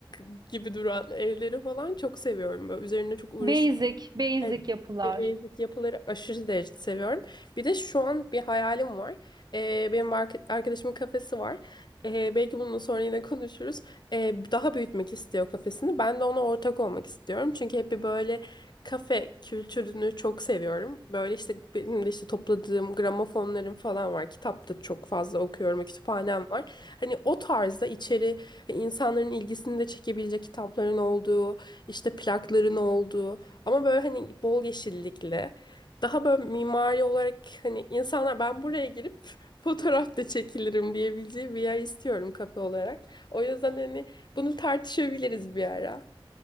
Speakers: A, on the left (about 55°); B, on the right (about 50°).
A: <laughs> gibi duran evleri falan çok seviyorum. Böyle üzerine çok
B: Basic, basic
A: Evet,
B: yapılar.
A: be- Basic yapıları aşırı derecede seviyorum. Bir de şu an bir hayalim var. Ee, benim ark- arkadaşımın kafesi var. Ee, belki bununla sonra yine konuşuruz. Ee, daha büyütmek istiyor kafesini. Ben de ona ortak olmak istiyorum. Çünkü hep bir böyle kafe kültürünü çok seviyorum. Böyle işte benim de işte topladığım gramofonlarım falan var. Kitap da çok fazla okuyorum. Kütüphanem var. Hani o tarzda içeri hani insanların ilgisini de çekebilecek kitapların olduğu, işte plakların olduğu. Ama böyle hani bol yeşillikli. Daha böyle mimari olarak hani insanlar ben buraya girip <laughs> fotoğraf da çekilirim diyebileceği bir yer istiyorum kafe olarak. O yüzden hani bunu tartışabiliriz bir ara.